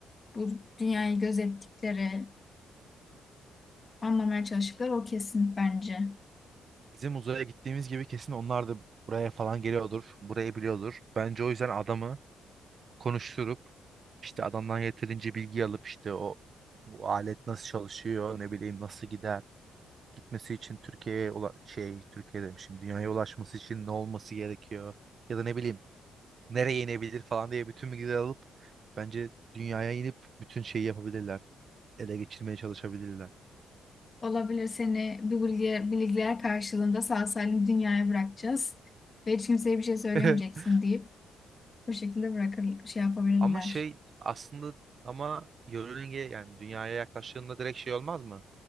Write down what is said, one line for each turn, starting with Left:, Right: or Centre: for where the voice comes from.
Left: bu dünyayı gözettikleri, anlamaya çalıştıkları o kesin bence.
Right: Bizim uzaya gittiğimiz gibi kesin onlar da buraya falan geliyordur. Burayı biliyordur. Bence o yüzden adamı konuşturup işte adamdan yeterince bilgi alıp işte o bu alet nasıl çalışıyor ne bileyim nasıl gider gitmesi için Türkiye'ye ula- şey Türkiye demişim dünyaya ulaşması için ne olması gerekiyor ya da ne bileyim nereye inebilir falan diye bütün bilgileri alıp bence dünyaya inip bütün şeyi yapabilirler ele geçirmeye çalışabilirler
Left: Olabilir seni bu bilgiler, bilgiler karşılığında sağ salim dünyaya bırakacağız ve hiç kimseye bir şey söylemeyeceksin
Right: <laughs>
Left: deyip bu şekilde bırakır, şey yapabilirler.
Right: ama şey aslında ama yörünge yani dünyaya yaklaştığında direkt şey olmaz mı